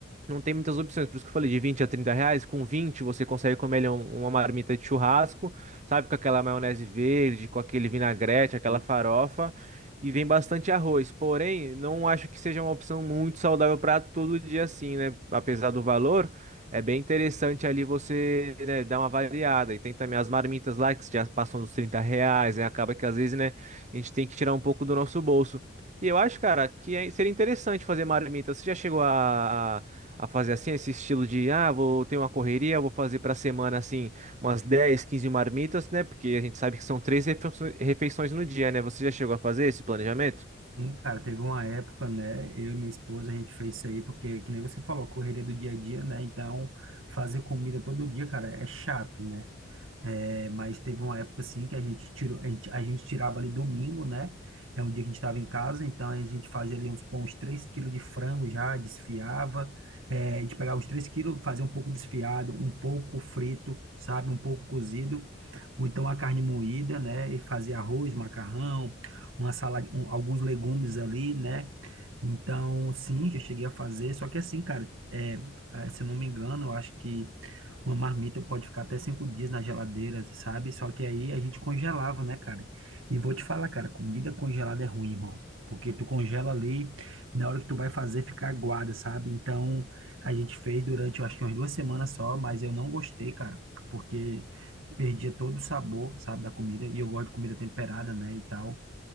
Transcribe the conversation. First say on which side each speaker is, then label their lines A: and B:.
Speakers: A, on the right; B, on the right.
A: não tem muitas opções, por isso que eu falei de 20 a 30 reais. Com 20 você consegue comer ali um- uma marmita de churrasco, sabe? Com aquela maionese verde, com aquele vinagrete, aquela
B: E
A: farofa. E vem bastante arroz. Porém, não acho que seja uma opção muito saudável para todo dia assim, né? Apesar do valor, é bem interessante ali você, né, dar uma variada. E tem também as marmitas lá que já passam dos 30 reais, né? Acaba que às vezes, né, a gente tem que tirar um pouco do nosso bolso. E eu acho, cara, que é- seria interessante fazer marmita. Você já chegou a a fazer assim, esse estilo de, ah, vou ter uma correria, vou fazer para semana assim, umas dez quinze marmitas, né? Porque a gente sabe que são três refeiço- refeições no dia, né? Você já chegou a fazer esse planejamento?
B: Sim, cara, teve uma época, né? Eu e minha esposa, a gente fez isso aí, porque, que nem você falou, correria do dia a dia, né? Então, fazer comida todo dia, cara, é chato, né? É, mas teve uma época assim que a gente tirou, a gente, a gente tirava ali domingo, né? É um dia que a gente estava em casa, então a gente fazia ali uns, pô, uns 3 quilos de frango já, desfiava. É, a gente pegava os 3 quilos, fazia um pouco desfiado, um pouco frito, sabe? Um pouco cozido, ou então a carne moída, né? E fazia arroz, macarrão, uma salada, um- alguns legumes ali, né? Então, sim, já cheguei a fazer, só que assim, cara, é, é, se eu não me engano, eu acho que uma marmita pode ficar até cinco dias na geladeira, sabe? Só que aí a gente congelava, né, cara? E vou te falar, cara, comida congelada é ruim, irmão, porque tu congela ali, na hora que tu vai fazer, fica aguada, sabe? Então, a gente fez durante, eu acho que umas duas semanas só, mas eu não gostei, cara, porque perdia todo o sabor, sabe, da comida, e eu gosto de comida temperada, né, e tal.